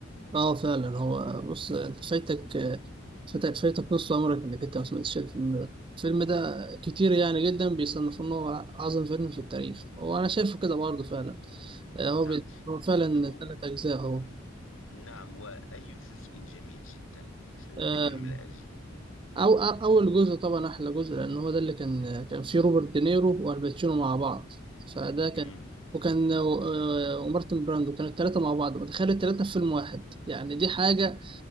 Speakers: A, on the right (about 25°); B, on the left (about 85°).
A: اه فعلا هو بص انت فايتك فايتك فايتك نص عمرك انك انت ما سمعتش الفيلم ده الفيلم ده كتير يعني جدا بيصنفوه ان هو اعظم فيلم في التاريخ وانا شايفه كده برضه فعلا آه، هو
B: نعم
A: بي- هو فعلا
B: هو
A: ثلاث أجزاء هو
B: نعم وأي جزء جميل جدا في
A: آه،
B: أي من الأج...
A: أو أو- أول جزء طبعا أحلى جزء لأن هو ده اللي كان كان فيه روبرت دينيرو والباتشينو مع بعض فده كان
B: مم.
A: وكان آه، آه، ومارتن براندو كانوا التلاتة مع بعض متخيل التلاتة في فيلم واحد يعني دي حاجة